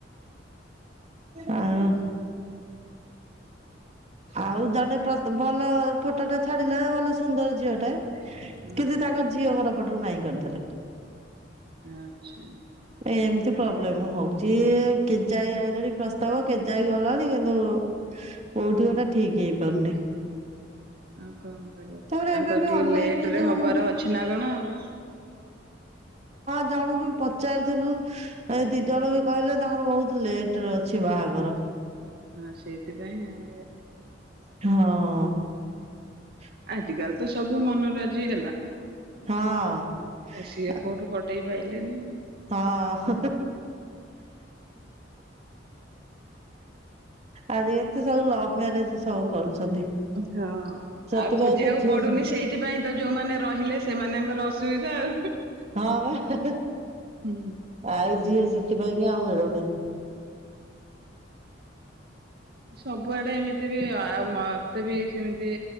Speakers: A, on the right (about 35°); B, on the right (about 55°).
A: ଆଉ ଆଉ ଜଣେ ପ୍ର ଭଲ ଫଟଟେ ଛାଡିଲେ ଭଲ ସୁନ୍ଦର ଝିଅ ଟେ କିନ୍ତୁ
B: ହୁଁ
A: ତାଙ୍କ ଝିଅ ଘର ପଟ ନାଇଁ କରିଦେଲେ।
B: ଆଚ୍ଛା।
A: ଏମିତି ପ୍ରୋବ୍ଲେମ ହଉଛି। ସଏ କେଜାଇ ଆଇିଲଣି ପ୍ରସ୍ତାବ କେଜାଇ ଗଲାଣି କିନ୍ତୁ କୋଉଠି ଗୋଟା ଠିକ ହେଇପାରୁନି।
B: ଆଉ କଣ କରିବା
A: ତାପରେ
B: ତାଙ୍କର
A: ଏବେ ବି
B: ଟିକେ
A: ଅନଲାଇନରେ
B: ଲେଟ ରେ
A: ଯୋଉ
B: ହବାର ଅଛି ନା କଣ ଆଉ।
A: ଜଣଙ୍କୁ ବି ପଚାରିଥିଲୁ ଏ ଦି ଜଣ ବି କହିଲେ ତାଙ୍କର ବହୁତ ଲେଟରେ ଅଛି ବାହାଘର।
B: ହଁ ସେଇଥିପାଇଁ ଆଉ
A: ହଁ ଅ ଅ।
B: ଆଜିକାଲି ତ ସବୁ ମନ ରାଜି ହେଲା।
A: ହଁ
B: ଆ ସିଏ କୋଉଠୁ ପଟେଇ ପାଇଲେନି
A: ହଁ ଆଜି ଏମିତି ସବୁ ଲଭ୍ ମ୍ୟାରେଜ ସବୁ କରୁଛନ୍ତି
B: ହଁ
A: ସେଥିପାଇଁ
B: ଆଉ ଖୋଜିବାକୁ
A: ତ ଝିଅ
B: ପଡୁନି
A: ସ
B: ସେଇଥିପାଇଁ ତ ଯୋଉମାନେ ରହିଲେ ସେମାନଙ୍କର ଅସୁବିଧା ଆଉ।
A: ହଁ ବା
B: ହୁଁ।
A: ଆଉ ଯିଏ ସେଥିପାଇଁକି ଆଉ ମିଳୁନି।
B: ସବୁଆଡେ ଏମିତି ବି ଆଉ ମତେ ବି ସେମିତି